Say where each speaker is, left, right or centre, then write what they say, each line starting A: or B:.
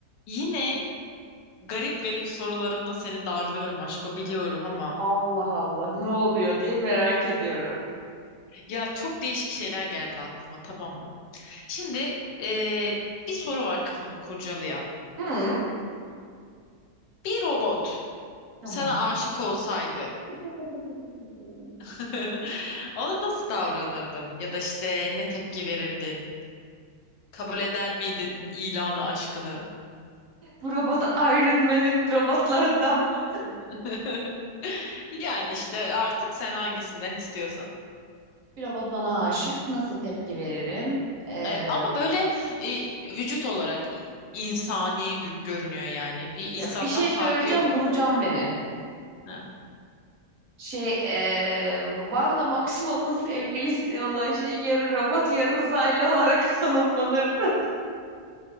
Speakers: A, on the left; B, on the right.
A: Yine garip garip sorularımla seni darlıyorum aşko biliyorum ama
B: Allah Allah ne oluyor diye merak ediyorum.
A: ya çok değişik şeyler geldi aklıma tamam mı? Şimdi eee, bir soru var kafamı kurcalayan.
B: Hı,
A: Bir robot
B: tamam.
A: sana aşık olsaydı
B: <laughs>
A: <laughs> ona nasıl davranırdın? Ya da işte ne tepki verirdin? Kabul eder miydin ilanı aşkını?
B: Bu robot Iron Man'in robotlarından mı?
A: <laughs> Yani işte artık sen hangisinden istiyorsan.
B: Bir robot bana aşık. Nasıl tepki veririm? Ee,
A: Evet, ama böyle e, vücut olarak insani gö- görünüyor yani. Bir insandan
B: ya bir şey
A: farkı
B: söyleyeceğim,
A: yok.
B: vuracağım beni.
A: Ha.
B: Şey, ee, Wanda Maximoff'un sevgilisi olan şey yarı robot, yarı uzaylı olarak <laughs> tanımlanır. <laughs>